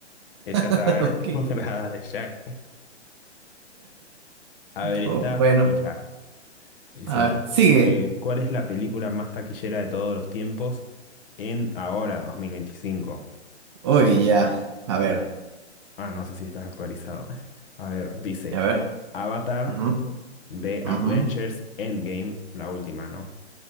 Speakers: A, on the left; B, on the right.
A: Ella está
B: <laughs>
A: <laughs>
B: Ok.
A: enamorada de Jack. A ver, está,
B: Oh, bueno,
A: escucha. Dice,
B: a ver, sigue.
A: eh, ¿cuál es la película más taquillera de todos los tiempos en ahora, dos mil veinticinco
B: Uy, ya. A ver,
A: Ah, no sé si estás actualizado. A ver, dice
B: a ver.
A: Avatar,
B: Ujú,
A: B,
B: ujú.
A: Adventures, Endgame, la última, ¿no?